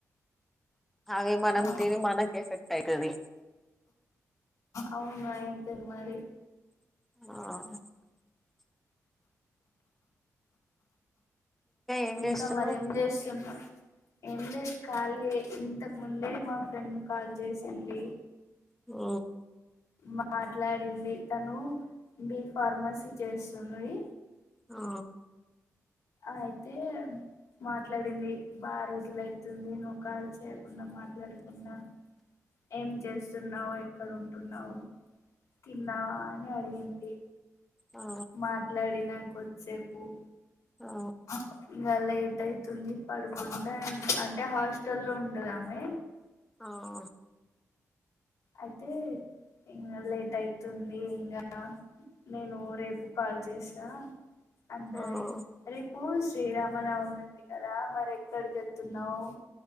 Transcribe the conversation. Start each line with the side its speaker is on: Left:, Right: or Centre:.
Centre: అవే మనం
Left: ఆ
Centre: తిని మనకేఫ్ఫెక్ట్ తయికది
Left: అవును అయితది మరి
Centre: ఆ ఏం
Left: ఇంకా
Centre: చేస్తున్నావ్
Left: మరేం జేస్తున్నరు ఏం లేదు ఖాళీఏ ఇంతకు ముందే మా ఫ్రెండ్ కాల్ చేసింది
Centre: హు
Left: మాట్లాడింది తను బి ఫార్మసీ చేస్తుంది
Centre: ఆ
Left: అయితే మాట్లాడింది బా రోజుల అవుతుంది నువ్వు కాల్ చేయకుండా మాట్లాడకుండా ఏం చేస్తున్నావు ఎక్కడ ఉంటున్నావు తిన్నావా అని అడిగింది
Centre: ఆ
Left: మాట్లాడినా కొద్దిసేప్ ఓ
Centre: ఆ
Left: ఆహ్ ఇవ్వలేర్ టైతుంది పడుకుంటే అంటే హాస్టల్ లో ఉంటదామే
Centre: ఆఓ
Left: అయితే ఇంగ లేట్ అవుతుంది ఇంగ నేను రేపు కాల్ చేస్తా అన్నది
Centre: ఆ
Left: రేపు శ్రీరామనవమి ఉంది కదా మరి ఎక్కడికి వెళ్తున్నావ్